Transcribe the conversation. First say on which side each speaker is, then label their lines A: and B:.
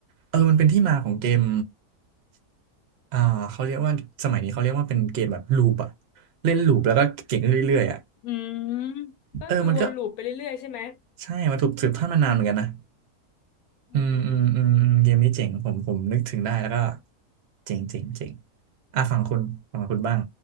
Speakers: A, on the right; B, on the left.
A: เออมันเป็นที่มาของเกมอ่าเขาเรียกว่าสมัยนี้เขาเรียกว่าเป็นเกมแบบลูปอะเล่นลูปแล้วก็เก่งขึ้นเรื่อยๆอะ
B: อืมก็คือวนลูปไปเรื่อยๆใช่ไหม
A: เออมันก็ใช่มาถูกสืบทอดมานานเหมือนกันนะ
B: อืมอืมอืม
A: อืมอืมอืมอืมเกมนี้เจ๋งผมผมนึกถึงได้แล้วก็เจ๋งเจ๋งเจ๋งอ่ะฝั่งคุณฝั่งคุณบ้าง